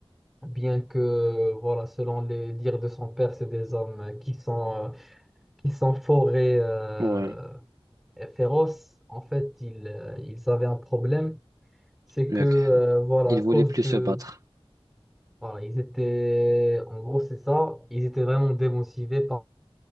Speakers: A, in the centre; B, on the right.
A: bien que voilà, selon les dires de son père, c'est des hommes qui sont euh, qui sont forts et, euh,
B: ouais.
A: et féroces. En fait, ils, euh, ils avaient un problème, c'est
B: Lequel?
A: que euh, voilà,
B: Il
A: à cause
B: voulait plus
A: de
B: se battre.
A: Voilà, ils étaient, en gros, c'est ça. Ils étaient vraiment démotivés.